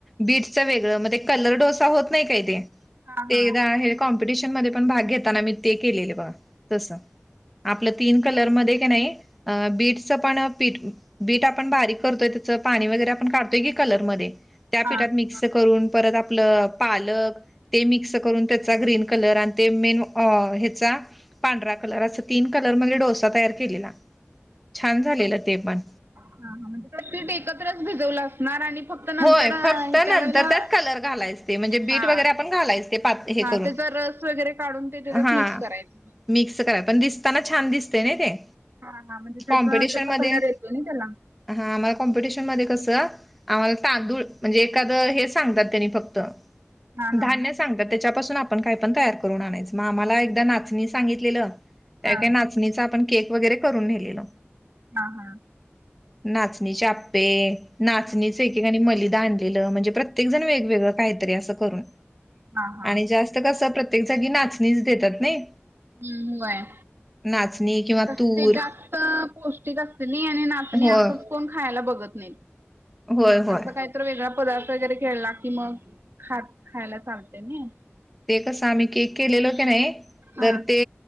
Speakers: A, in the centre; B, on the right.
A: बीटचं वेगळ मग ते कलर डोसा होत नाही काय ते
B: हा
A: ते
B: हा
A: एकदा कॉम्पिटिशन मध्ये पण भाग घेताना मी ते केलेले बघा. तस आपलं तीन कलरमध्येध की नाही बीटचं पण पीठ बीट आपण बारीक करतोय त्याचं पाणी वगैरे आपण काढतोय की कलर मध्ये त्या पीठात
B: हा
A: मिक्स करून परत आपलं पालक ते मिक्स करून त्याचा ग्रीन कलर आणि ते मेन ह्याचा पांढरा कलर अस तीन कलर मध्ये डोसा तयार केलेला छान झालेलं ते पण.
B: ह हा म्हणजे पीठ एकत्रच भिजवलं असणार आणि फक्त नंतर
A: होय
B: ह्याच्या
A: फक्त नंतर
B: वेळेला
A: त्यात कलर घालायच ते म्हणजे बीट
B: हा
A: वगैरे आपण घालायच ते पात हे
B: हा
A: करून
B: त्याचा रस वगैरे काढून ते त्याच्यात
A: हा
B: मिक्स करायचं.
A: मिक्स कराय पण दिसताना छान दिसतय नाही ते.
B: हा हा म्हणजे त्याचा
A: कॉम्पिटिशन
B: त्याचा
A: मध्ये
B: कलर येतोय ना त्याला.
A: हा आम्हाला कॉम्पिटिशन मध्ये कसं आम्हाला तांदूळ म्हणजे एखादं हे सांगत्यात त्यांनी फक्त.
B: हा
A: धान्य
B: हा
A: सांगत्यात त्याच्याासून आपण काय पण तयार करून आणायच मग आम्हाला एकदाच नाचणी सांगितलेलं त्या
B: हा
A: वेळी नाचणीचा आपण केक वगैरे करून नेलेलो.
B: हा हा‌.
A: नाचणीचे आप्पे, नाचणीच एकेकाणी मलिदा आणलेलं म्हणजे प्रत्येक जण वेगवेगळं काहीतरी अस करून
B: हा हा
A: आणि जास्त कसं प्रत्येक जागी नाचणीच देत्यात नाही.
B: हम् व्हय.
A: नाचणी किंवा
B: कसं
A: तूर
B: ते जास्त पौष्टिक असते नाही आणि नाचणी
A: होय
B: असं कोण खायला बघत नाही
A: होय होय
B: असं काय तर वेगळा पदार्थ वगैरे केला कि मग खात खायला चालतय नाही
A: ते कसं आम्ही केक केलेलो की नाही
B: हा
A: तर ते